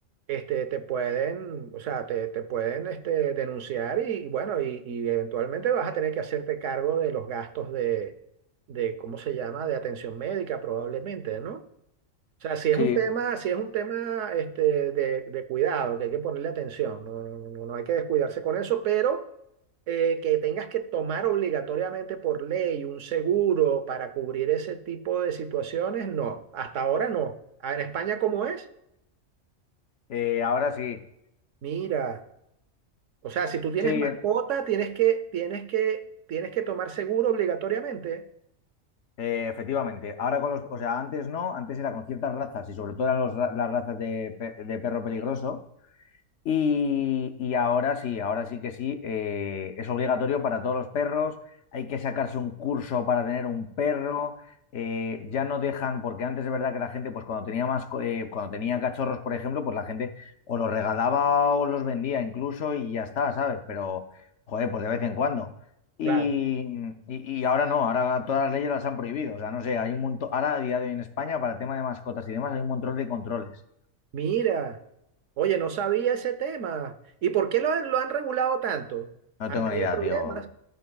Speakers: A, on the right; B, on the left.
A: este, te pueden, o sea, te, te pueden este, denunciar y, y bueno, y, y eventualmente vas a tener que hacerte cargo de los gastos de, de, ¿cómo se llama?, de atención médica probablemente, ¿no? O sea, si es
B: Sí,
A: un tema, si es un tema este, de, de cuidado, que hay que ponerle atención, no, no, no- no hay que descuidarse con eso, pero eh, que tengas que tomar obligatoriamente por ley un seguro para cubrir ese tipo de situaciones, no, hasta ahora no. Ah, ¿En España cómo es?
B: Eh, ahora sí,
A: Mira. O sea, si tú tienes
B: sí,
A: mascota,
B: en-
A: tienes que, tienes que, tienes que tomar seguro obligatoriamente.
B: eh, efectivamente. Ahora con los, o sea, antes no, antes era con ciertas razas y sobre todo eran los ra- las razas de, pe- de perro peligroso. Y, y ahora sí, ahora sí que sí, eh, es obligatorio para todos los perros. Hay que sacarse un curso para tener un perro. eh, ya no dejan, porque antes es verdad que la gente, pues cuando tenía más, co- eh, cuando tenía cachorros, por ejemplo, pues la gente o los regalaba o los vendía incluso y ya está, ¿sabes? Pero, joder, pues de vez en cuando. Y,
A: Claro.
B: y- y ahora no, ahora todas las leyes las han prohibido. O sea, no sé, hay un montón, ahora a día de hoy en España, para el tema de mascotas y demás, hay un montón de controles.
A: Mira, oye, no sabía ese tema. ¿Y por qué lo han, lo han regulado tanto?
B: No
A: Han
B: tengo
A: tenido
B: ni idea,
A: problemas.
B: tío.